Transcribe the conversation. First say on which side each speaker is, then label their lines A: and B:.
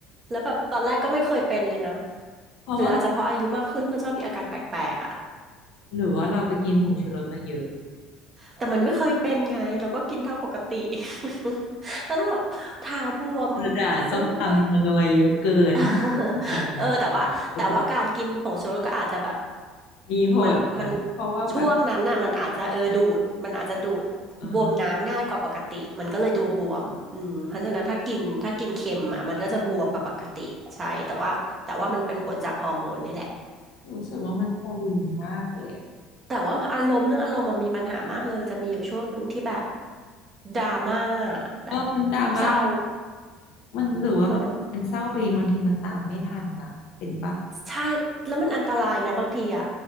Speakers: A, on the right; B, on the left.
A: แล้วแบบตอนแรกก็ไม่เคยเป็นเลยนะ
B: เพราะว่า
A: หรืออาจจะเพราะอายุมากขึ้นมันชอบมีอาการแปลกๆอ่ะ
B: หรือว่าเราไปกินผงชูรสมาเยอะ
A: แต่มันไม่เคยเป็นไงเราก็กินเท่าปกติ <laughs> แล้วแบบเท้าบวม
B: เรือจะส้มตำนัวๆเยอะเกินเพราะว่าเป็นจังหวะเนี่ยก็จะ
A: แล้วเราก็เฮ้ย <laughs> เออแต่ว่าแต่ว่าการกินผงชูรสก็อาจจะแบบ
B: มีผลนะเพราะว่าแบบ
A: มันมันช่วงนั้นน่ะมันอาจจะเออดูดมันอาจจะดูดบวมน้ำง่ายกว่าปกติมันก็เลยตัวบวมอืมเพราะฉะนั้นถ้ากินถ้ากินเค็มอ่ะมันก็จะบวมกว่าปกติใช่แต่ว่าแต่ว่ามันเป็นผลจากฮอร์โมนนี่แหละ
B: เออรู้สึกว่ามันาวินมากเลยอะ
A: แต่ว่าอารมณ์เรื่องอารมณ์มันมีปัญหามากเลยจะมีอยู่ช่วงหนึ่งที่แบบดราม่าแบบ
B: เออมันดราม่า
A: เศร้า
B: มันหรือว่าบางมันเศร้าไปเองบางทีมันตามไม่ทันนะเป็นปะ
A: เออนะใช่แล้วมันอันตรายนะบางทีอ่ะ